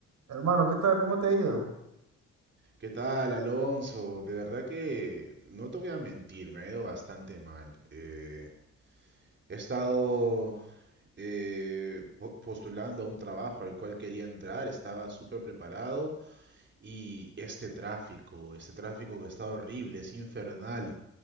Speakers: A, on the right; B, on the right.
A: Hermano, ¿qué tal? ¿Cómo te ha ido?
B: ¿Qué tal, Alonso? De verdad que no te voy a mentir, me ha ido bastante mal. Eh, he estado eh, po- postulando a un trabajo al cual quería entrar, estaba súper preparado y este tráfico, este tráfico que está horrible, es infernal.